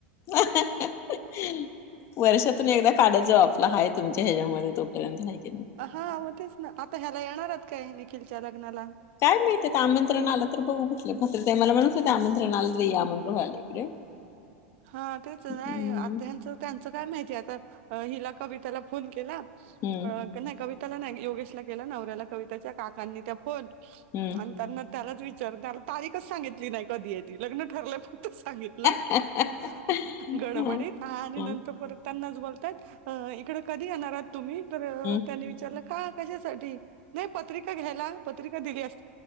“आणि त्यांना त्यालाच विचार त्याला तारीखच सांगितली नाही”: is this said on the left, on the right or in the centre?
Right